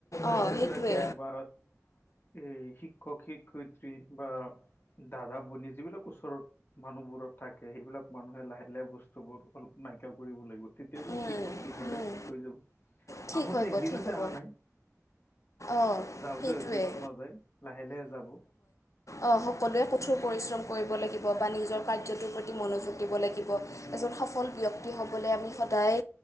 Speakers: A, on the left; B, on the left.
A: অঁ
B: মা-দেউতাকে
A: সেইটোৱে
B: বা এই শিক্ষক-শিক্ষয়িত্ৰী বা দাদা-ভনী যিবিলাক ওচৰত মানুহবোৰত থাকে। সেইবিলাক মানুহে লাহে-লাহে বস্তুবোৰ অলপ নাইকিয়া কৰিব লাগিব। তেতিয় গৈ
A: উম,
B: ঠিক হ'ব, লাহে-লাহে
A: উম,
B: ঠিক হৈ যাব।
A: ঠিক
B: আহোতে
A: হ'ব
B: একদিনতে
A: ঠিক হ'ব
B: অহা নাই।
A: অঁ
B: যাওঁতে
A: সেইটোৱে
B: একদিনত নাযায়, লাহে-লাহে যাব।
A: অ', সকলোৱে কঠোৰ পৰিশ্ৰম কৰিব লাগিব, বা নিজৰ কাৰ্যটোৰ প্ৰতি মনোযোগ দিব লাগিব। এজন সফল ব্যক্তি হ'বলৈ আমি সদায়